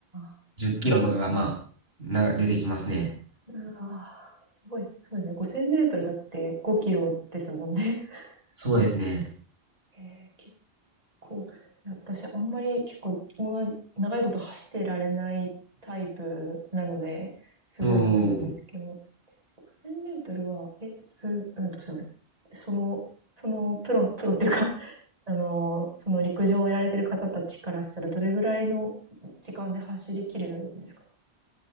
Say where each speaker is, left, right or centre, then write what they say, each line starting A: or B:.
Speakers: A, on the right (about 35°); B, on the right (about 65°).
A: ああすごい。
B: 10キロとかがまあ、な、出てきますね。
A: ああ、すごい。そうですね。5000メートルだって5キロですもんね。
B: そうですね。
A: うん、えー結構、いや私あんまり結構、同じ長いこと走ってられないタイプなので、すごいなと思うんですけど、
B: もう、
A: 5000メートルは、え、す、うんと、すいません。その、そのプロ、プロっていうか、<laughs> あの、その陸上をやられてる方たちからしたら、どれぐらいの時間で走り切るんですか